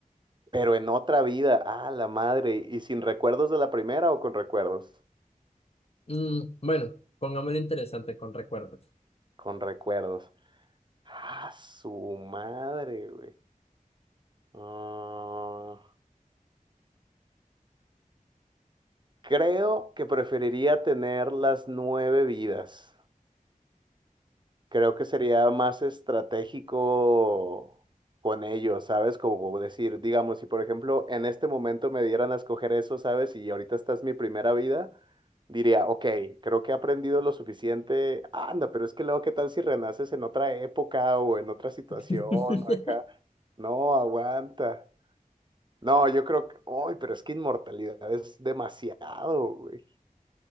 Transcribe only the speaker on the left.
Mm, bueno, pongámoslo interesante con recuerdos.
<laughs>